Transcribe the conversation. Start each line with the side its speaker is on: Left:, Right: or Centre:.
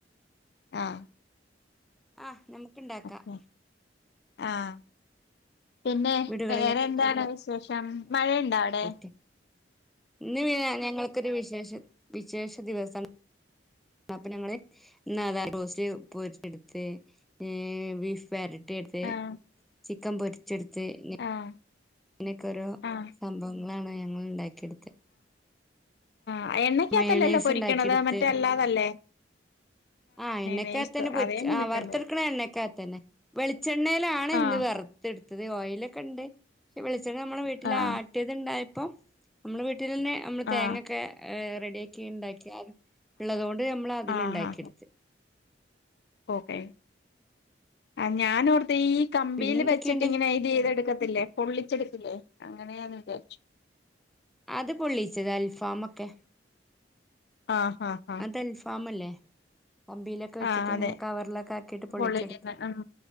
Left: ആഹ
Centre: ആഹ് നമ്മുക്ക്ണ്ടാക്കാം
Left: ഓക്കെ ആഹ് പിന്നെ
Centre: വീടുകളിലൊക്കെ
Left: വേറെ എന്താണ്
Centre: ഉണ്ടാക്കി എടുക്കാൻ
Left: വിശേഷം
Centre: പറ്റുന്ന ഒരു അടിപൊളി
Left: മഴയുണ്ടോ അവിടെ
Centre: ഐറ്റം ഇന്ന് പിന്നെ ഞങ്ങൾക്കൊരു വിശേഷ വിശേഷ ദിവസണ് അപ്പ ഞങ്ങൾ നാതാ റോസ്റ്റ് പോ എടുത്ത് ഹെ ബീഫ് വെരട്ടിയെട്ത്ത്
Left: ആഹ്
Centre: ചിക്കം പൊര്ച്ച്ട് ത്ത് ഞ്ഞ്.
Left: ആഹ്.
Centre: ങ്ങനെക്കോരോ
Left: ആഹ്
Centre: സംഭവങ്ങളാണ് സംഭവങ്ങളാണ് ഞങ്ങൾ ണ്ടാക്കിട്ത്തെ.
Left: അ എണ്ണക്ക്യത്തല്ലല്ലോ
Centre: മയോണൈസ്
Left: പൊരിക്ക്യണത്
Centre: ഉണ്ടാക്കിയെടുത്ത്
Left: മറ്റെ അല്ലാതല്ലേ.
Centre: ആഹ് എണ്ണക്ക്യകത്തന്നെ
Left: നെയ്സ്
Centre: പൊര്ച്ച്
Left: അതേ കണ്ടിട്ടുണ്ട്
Centre: ആഹ് വർത്ത്ട്ക്കെണെ എണ്ണേക്ക്യകത്തന്നെ. വെളിച്ചെണ്ണയിലാണ് ഇന്ന്
Left: ആഹ്
Centre: വർ ത്ട്ത്തത് ഓയിലൊക്കെണ്ട് ശെ വെളിച്ചെണ്ണ നമ്മുടെ വീട്ടിലാ
Left: ആഹ്
Centre: ട്ട്യത്ണ്ടായപ്പം നമ്മള് വീട്ടിലെന്നെ നമ്മള് തേങ്ങെക്കെ
Left: ആഹ്
Centre: ഏ റെഡ്യാക്കി ണ്ടാക്കി ആ ള്ളതോണ്ട് ഞമ്മളതില്
Left: ആഹ്
Centre: ണ്ടാക്കിട്ത്ത്.
Left: ആഹ് ഓക്കെ ആ ഞാനോർത്ത് ഈ കമ്പിയില്
Centre: പിന്നെ എന്തൊക്കെയുണ്ട്
Left: വെച്ചിട്ടിങ്ങനെ ചെയ്തെടുക്കത്തില്ലേ പൊള്ളിച്ചെടുക്കില്ലേ അങ്ങനെയാന്ന് വിചാര്ച്ചു.
Centre: അത് പൊള്ളീച്ചത് അൽഫാമൊക്കെ.
Left: ആഹാ ഹ.
Centre: തൽഫാമല്ലേ കമ്പിയിലൊക്കെ വെച്ചിട്ട്ങ്ങനെ
Left: ആഹ് അതെ
Centre: കവർലൊക്കാക്കിട്ട് പൊള്ളിച്ചെടുത്തിട്ടുണ്ട്.
Left: പൊള്ളിക്കുന്ന ഉം